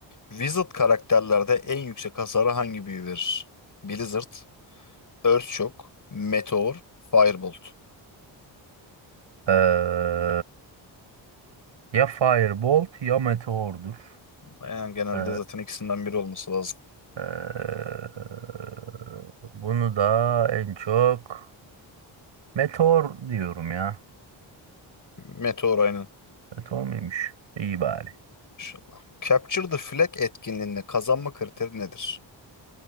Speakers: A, on the left; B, on the right.
A: Wizard karakterlerde en yüksek hasarı hangi büyü verir? Blizzard, Earthshock, Meteor, Firebolt.
B: Ee, ya Firebolt ya Meteor'dur.
A: Yani genelde
B: Ee,
A: zaten ikisinden biri olması lazım.
B: ee, bunu da en çok Meteor diyorum ya.
A: Meteor aynen.
B: Meteor muymuş? İyi bari.
A: İnşallah. Capture the Flag etkinliğinde kazanma kriteri nedir?